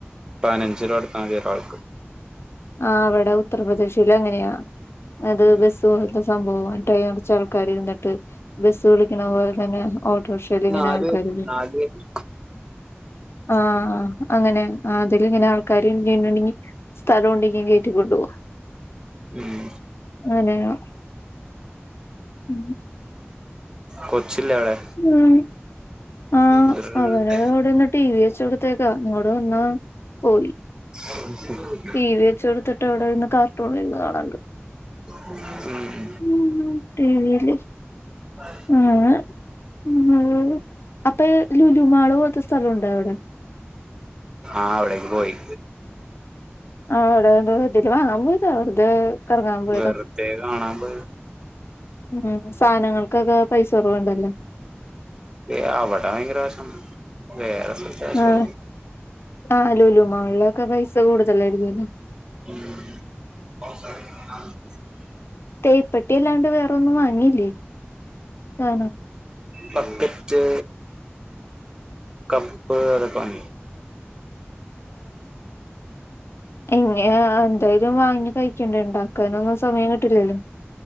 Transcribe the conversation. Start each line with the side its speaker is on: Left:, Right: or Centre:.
Right: പയിനഞ്ചിര കൊട്ത്താതി ഒരാൾക്ക്.
Left: ആ അവിടെ ഉത്തർപ്രദേശിൽ അങ്ങനെയാ അത്
Right: ഉം
Left: ബെസ് ഇത്പോത്തെ സംഭവകുറച്ച ആൾക്കാര് ഇരുന്നിട്ട് ബസ്സ് വിളിക്കണ പോലെ തന്നെ ഓട്ടോറിക്ഷലിങ്ങനെ
Right: നാല്
Left: ആൾക്കാര്
Right: പേര് നാല് പേര്
Left: ആഹ അങ്ങനെ അതിലിങ്ങനെ ആൾക്കാര് <unintelligible> ണ് ണ്ടെ ങ്കി സ്ഥലോണ്ടെങ്കി കേറ്റിക്കൊണ്ടോവും.
Right: ഉം
Left: അതെയോ ഉ
Right: കൊച്ചില്ലെ അവിടെ?
Left: ഉം ആ
Right: ഉം <unintelligible>
Left: അവനത് അവിടെന്ന് ടി. വി വെച്ചോടുത്തേക്കാ ഇങ്ങോട് വന്ന് പോയി.
Right: <inaudible>
Left: ടി വി വെച്ച് കൊട്ത്ത്ട്ട് അവടെ ഇരുന്ന് കാർട്ടൂൺ ര്ന്ന് കാണ് ണ്ട്
Right: ഉം
Left: ഉം ടിവി ല്
Right: പറയ്
Left: ഉം അപ്പൊ ഈ ലുലുമാള് പോൽത്തെ സ്ഥലോണ്ടവടെ
Right: ആ അവിടേക്ക് പോയി
Left: <unintelligible> പോയതാ
Right: വെർതെ കാണാൻ പോയത്
Left: ഉം സാനങ്ങൾക്കൊക്കെ പൈസ കൊറവ് ണ്ടല്ലോ
Right: ഏ അവടെ ഭയങ്കര വെശം വേറെ കാശ്
Left: ആ
Right: കുറവ്
Left: ആ ലൂലുമാൾലൊക്കെ പൈസ കൂടുതലാ എല്ലേനും
Right: <inaudible>
Left: തേപ്പെട്ടി അല്ലാണ്ട് വേറൊന്നും വാങ്ങിലെ ആ
Right: ബക്കറ്റ് കപ്പ് തൊക്കെവാങ്ങി
Left: ഇങ്ങ എന്തായാലും വാങ്ങി കഴിക്കണ്ടേ ണ്ടാക്കാനൊന്നും സമയം കിട്ടില്ലല്ലോ